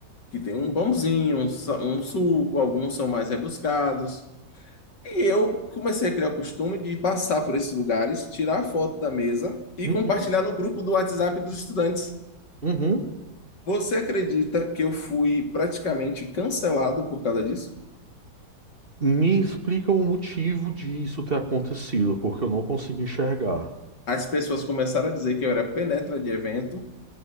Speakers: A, on the left (about 60°); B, on the right (about 30°).
A: que tem um pãozinho, um, sa- um suco, alguns são mais rebuscados. E eu comecei a criar o costume de passar por esses lugares, tirar a foto da mesa e
B: uhum,
A: compartilhar no grupo do WhatsApp dos estudantes.
B: uhum.
A: Você acredita que eu fui praticamente cancelado por causa disso?
B: Me explica o motivo disso ter acontecido, porque eu não consigo enxergar.
A: As pessoas começaram a dizer que eu era penetra de evento,